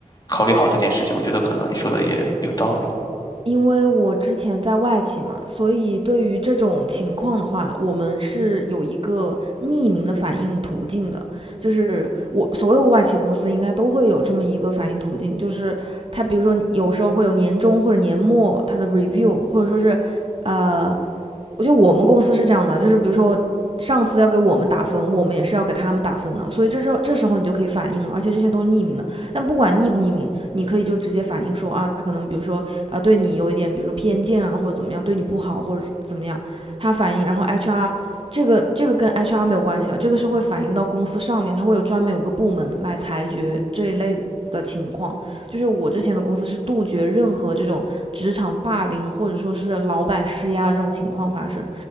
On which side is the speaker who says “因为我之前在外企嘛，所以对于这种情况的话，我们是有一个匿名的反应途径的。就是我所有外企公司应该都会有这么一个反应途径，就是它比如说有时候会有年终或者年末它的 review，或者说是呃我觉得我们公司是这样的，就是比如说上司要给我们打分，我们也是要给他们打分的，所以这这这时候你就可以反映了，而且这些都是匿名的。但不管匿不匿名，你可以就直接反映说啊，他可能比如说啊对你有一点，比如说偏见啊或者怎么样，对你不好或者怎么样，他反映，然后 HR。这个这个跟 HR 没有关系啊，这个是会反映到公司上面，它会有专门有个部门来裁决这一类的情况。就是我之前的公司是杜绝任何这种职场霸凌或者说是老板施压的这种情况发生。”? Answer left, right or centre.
Right